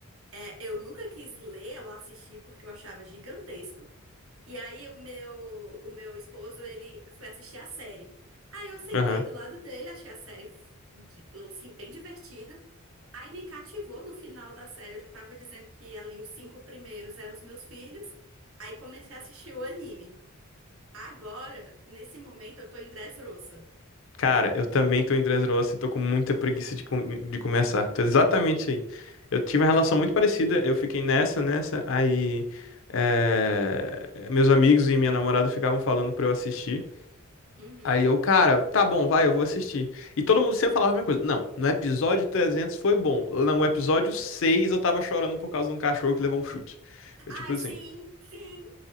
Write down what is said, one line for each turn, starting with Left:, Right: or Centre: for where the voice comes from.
Right: é, eu nunca quis ler ou assistir porque eu achava gigantesco. E aí o meu, o meu esposo, ele foi assistir a série. Aí eu sentei
Left: Aham.
Right: do lado dele, achei a série f- de- assim, bem divertida. Aí me cativou no final da série. Eu já tava dizendo que ali os cinco primeiros eram os meus filhos. Aí comecei a assistir o anime. Agora, nesse momento, eu tô em Dressrosa.
Left: Cara, eu também tô em Dressrosa e tô com muita preguiça de, com- de começar. Tô exatamente aí. Eu tive uma relação muito parecida, eu fiquei nessa, nessa, aí é, meus amigos e minha namorada ficavam falando pra eu assistir.
Right: Uhum.
Left: Aí eu, cara, tá bom, vai, eu vou assistir. E todo mundo sempre falava a mesma coisa. Não, no episódio 300 foi bom. No episódio 6 eu tava chorando por causa de um cachorro que levou um chute. Eu,
Right: Ai,
Left: tipo assim,
Right: sim, sim.